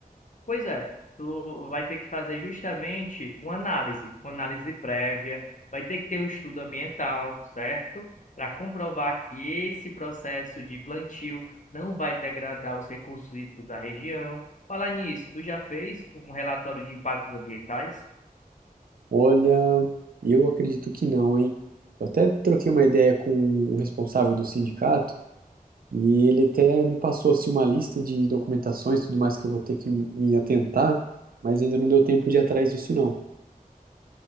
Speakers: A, on the left; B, on the right.
A: Pois é, tu vai ter que fazer justamente uma análise, uma análise prévia, vai ter que ter um estudo ambiental, certo? Para comprovar que esse processo de plantio não vai degradar os recursos hídricos da região. Falar nisso, tu já fez um relatório de impactos ambientais?
B: Olha, eu acredito que não, hein? Eu até troquei uma ideia com o responsável do sindicato. E ele até me passou assim uma lista de documentações, e tudo mais que eu vou ter que me atentar, mas ainda não deu tempo de ir atrás disso não.